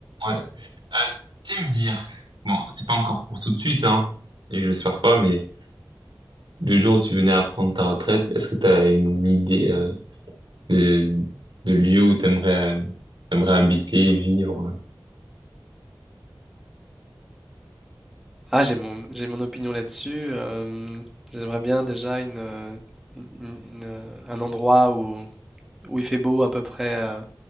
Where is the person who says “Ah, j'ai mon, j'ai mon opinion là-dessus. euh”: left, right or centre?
Centre